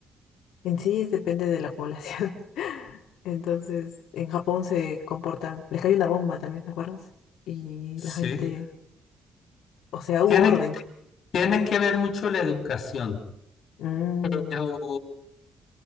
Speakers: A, on the left; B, on the left.
A: En sí es- depende de la población. <laughs> Entonces, en Japón se comportan, les cayó una bomba también, ¿te acuerdas? Y
B: sí,
A: la gente, o sea,
B: tiene,
A: hubo orden.
B: tiene que ver mucho la educación,
A: Mm,
B: pero